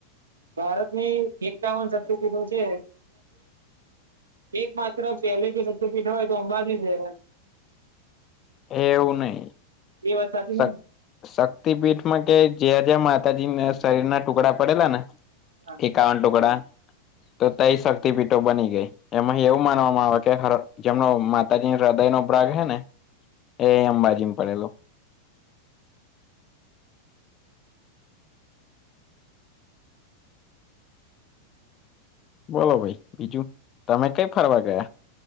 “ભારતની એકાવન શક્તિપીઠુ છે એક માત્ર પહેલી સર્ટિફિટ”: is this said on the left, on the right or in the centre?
Right